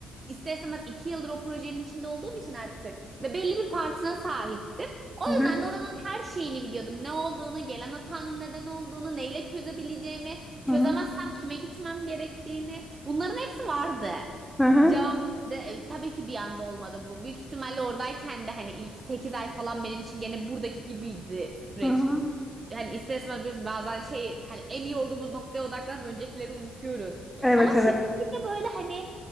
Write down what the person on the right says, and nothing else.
İster istemez iki yıldır o projenin içinde olduğum için artık ve belli bir partına sahiptim. O
yüzden de oranın her şeyini biliyordum. Ne olduğunu, gelen hatanın neden olduğunu, neyle çözebileceğimi, çözemezsem
kime gitmem gerektiğini. Bunların hepsi vardı.
Cevap da e, tabii ki bir anda olmadı bu. Büyük ihtimalle oradayken de hani ilk 8 ay falan benim için gene buradaki gibiydi süreç
hani ister istemez biliyorsun bazen şey hani en iyi olduğumuz noktaya odaklanıp öncekileri unutuyoruz.
Ama şirkette
böyle hani